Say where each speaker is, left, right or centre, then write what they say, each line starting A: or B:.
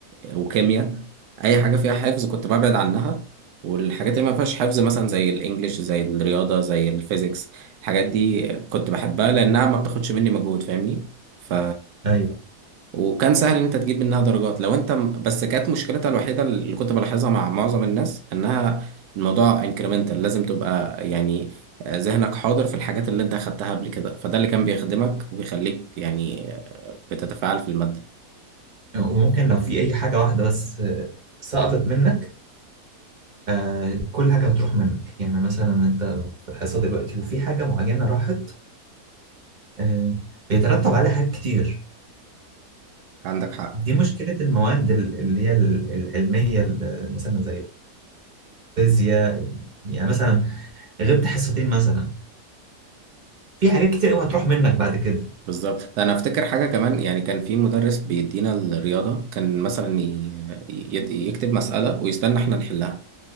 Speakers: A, on the right; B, on the right.
A: وكيمياء اي حاجه فيها حفظ كنت ببعد عنها والحاجات اللي ما فيهاش حفظ مثلا زي الانجليش زي الرياضه زي الفيزيكس الحاجات دي كنت بحبها لانها ما بتاخدش مني مجهود فاهمني ف
B: ايوه
A: وكان سهل ان انت تجيب منها درجات لو انت م- بس كانت مشكلتها الوحيده اللي كنت بلاحظها مع معظم الناس انها الموضوع انكريمنتال لازم تبقى يعني ذهنك حاضر في الحاجات اللي انت اخدتها قبل كده فده اللي كان بيخدمك وبيخليك يعني بتتفاعل في الماده
B: وممكن لو في اي حاجه واحده بس آه، سقطت منك آه، كل حاجه هتروح منك يعني مثلا انت في الحصه دلوقتي وفي حاجه معينه راحت آه، بيترتب عليها حاجات كتير
A: عندك حق
B: دي مشكلة المواد ال- اللي هي ال- العلمية ال- مثلا زي الفيزياء يعني مثلا غبت حصتين مثلا في حاجات كتير قوي هتروح منك بعد كده
A: بالظبط انا افتكر حاجه كمان يعني كان في مدرس بيدينا الرياضه كان مثلا ي- ي- يكتب مساله ويستنى احنا نحلها